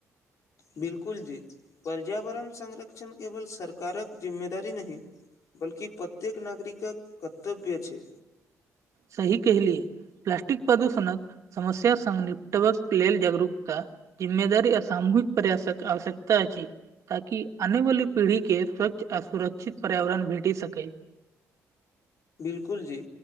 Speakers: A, on the left; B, on the right.
A: बिल्कुल जी, पर्यावरण संरक्षण केवल सरकारक जिम्मेदारी नहि। बल्कि प्रत्येक नागरिकक कर्तव्य छै।
B: सही कहलियै, प्लास्टिक प्रदूषणक समस्यासँ निपटबाक लेल जागरूकता जिम्मेदारी आ सामूहिक प्रयासक आवश्यकता छै। ताकि आनेवाला पीढ़ीके स्वच्छ आ सुरक्षित पर्यावरण भेटि सकै।
A: बिल्कूल जी